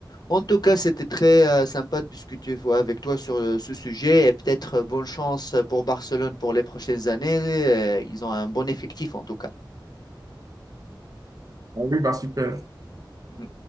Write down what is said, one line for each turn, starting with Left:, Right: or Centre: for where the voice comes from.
Left: En tout cas, c'était très euh, sympa de discuter voilà, avec toi sur euh, ce sujet et peut-être euh, bonne chance pour Barcelone pour les prochaines années. Euh, ils ont un bon effectif en tout cas.
Right: ah oui, bah, super.
Left: Mm.